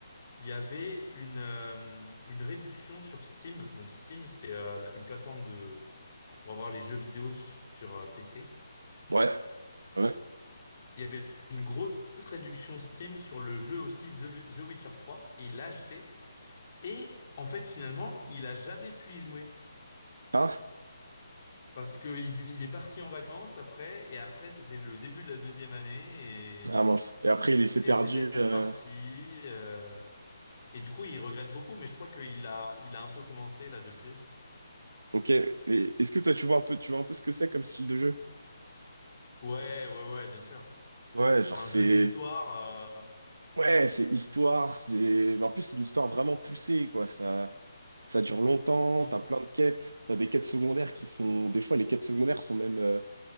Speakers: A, on the left (about 35°); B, on the right (about 75°).
A: il y avait une, euh, une réduction sur Steam. Donc Steam, c'est euh, la- une plateforme de, pour avoir les jeux vidéo sur euh, PC.
B: Ouais. Ouais.
A: Il y avait une grosse réduction Steam sur le jeu aussi The, The Witcher trois et il l'a acheté. Et en fait, finalement, il a jamais pu y jouer
B: Ah.
A: parce que il, il est parti en vacances après et après c'était le début de la deuxième année
B: Ah
A: et,
B: mince. Et après, il s'est
A: et
B: perdu.
A: c'était reparti.
B: euh,
A: euh, et du coup, il regrette beaucoup, mais je crois qu'il a, il a un peu commencé là depuis.
B: Ok, et est-ce que toi tu vois un peu, tu vois un peu ce que c'est comme style de jeu?
A: Ouais, ouais, ouais, bien sûr.
B: Ouais, genre
A: C'est un
B: c'est,
A: jeu d'histoire.
B: ouais, c'est histoire, c'est, en plus c'est une histoire vraiment poussée quoi. Ça, ça dure longtemps.
A: euh,
B: T'as
A: hmm,
B: plein de quêtes, t'as des quêtes secondaires qui sont, des fois les quêtes secondaires sont même euh,